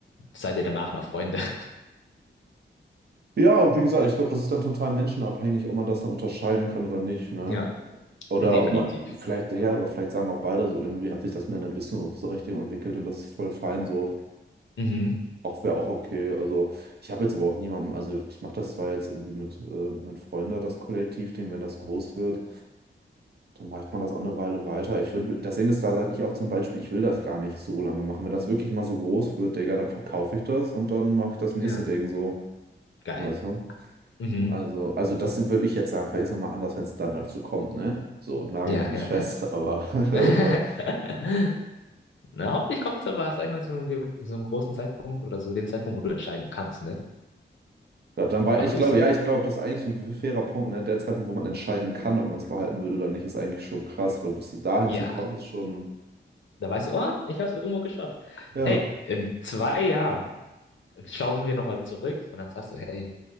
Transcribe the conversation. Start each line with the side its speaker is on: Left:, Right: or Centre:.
Left: seid ihr danach noch Freunde? <laughs>
Right: Ja, und wie gesagt, ich glaube, das ist dann total menschenabhängig, ob man das dann unterscheiden kann oder nicht, ne?
Left: Ja,
Right: Oder
Left: definitiv.
Right: ob man, vielleicht, ja, aber vielleicht sagen auch beide so, irgendwie hat sich das Männer Business so richtig entwickelt und das ist voll fein so.
Left: Mhm.
Right: Auch wäre auch okay. Also ich habe jetzt aber auch niemanden, also ich mache das zwar jetzt irgendwie mit, äh, mit Freunden, das Kollektivding, wenn das groß wird, dann macht man das auch eine Weile weiter. Ich würde, das Ding ist, da sage ich auch zum Beispiel, ich will das gar nicht so lange machen. Wenn das wirklich mal so groß wird, Digga, dann verkaufe ich das und dann mache ich das
Left: Ja,
Right: nächste Ding so.
Left: geil.
Right: Weißt du?
Left: Mhm.
Right: Also, also das würde ich jetzt sagen, vielleicht ist es nochmal anders, wenn es dann dazu kommt, ne? So, nagel
Left: Ja,
Right: mich nicht
Left: ja,
Right: fest,
Left: ja.
Right: aber <laughs> also,
Left: <laughs> Na, hoffentlich kommt es aber, sag ich mal, zu einem, ge- so einem großen Zeitpunkt oder zu dem Zeitpunkt, wo du entscheiden kannst, ne?
Right: ja, dann war,
Left: Ob
Right: ich
Left: du
Right: glaube,
Left: es dann,
Right: ja, ich glaube, das ist eigentlich ein fairer Punkt, ne? Der Zeitpunkt, wo man entscheiden kann, ob man es behalten will oder nicht, ist eigentlich schon krass, weil bis du dahin
Left: ja,
Right: zu kommen, ist schon,
Left: da weißt du, oh, ich hab's irgendwo geschafft.
Right: ja.
Left: Hey, in zwei Jahren schauen wir nochmal zurück und dann sagst du, hey,